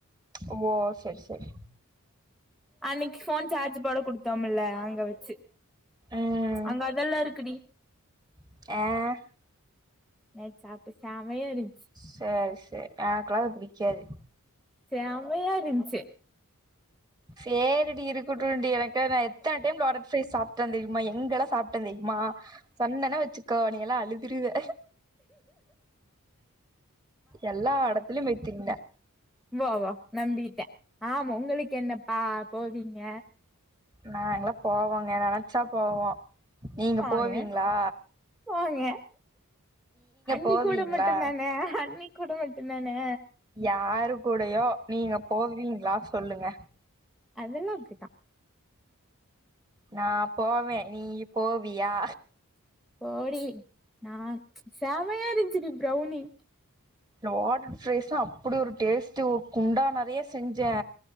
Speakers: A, on the right; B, in the centre.
A: ஓ சேர் சேர்
B: அன்னைக் ஃபோன் சார்ஜ் போட குடுத்தோமில்ல அங்க வச்சு
A: ம்
B: அங்க அதெல்லா இருக்குடி
A: ஹே
B: நேத்து சாப்ட்டே செமையா இருன்ச்சு
A: சேர் சேர் எனக்கல்லா அது பிடிக்காது
B: செமையா இருன்ச்சு
A: சேரிடி இருக்குட்டும்டி எனக்கு தே நா எத்தனை டைம் நொறுக்கு தீனி சாப்ட்டே தெரியுமா எங்கல்லா சாப் ட்ட தெயுமா சொன்னன்னா வச்சுக்கோ நீ எல்லா அழுதுருவ எல்லா இடத்துலயு போயி திம்பே
B: உமா வா நம்பிட்டே ஆமா உங்களுக்கு என்னப்பா போவீங்க
A: நாங்கல்லா போவோங்க நினைச்சா போவோ நீங்க
B: போங்க
A: போவீங்ளா
B: போங்க அண்ணி
A: போவீங்களா
B: கூட மட்டுதானே அண்ணி கூட மட்டுதானே
A: யாரு கூடயோ நீங்க போவீங்ளா சொல்லுங்க
B: அதெல்லா அப்டிதா
A: நா போவே நீ போவியா?
B: போடி நா செமையா இருந்துச்சு டி பிரௌனி
A: வாட்டர் ஃப்ரைஸ் தா அப்படி ஒரு டேஸ்ட்டு ஒரு குண்டா நறைய செஞ்சே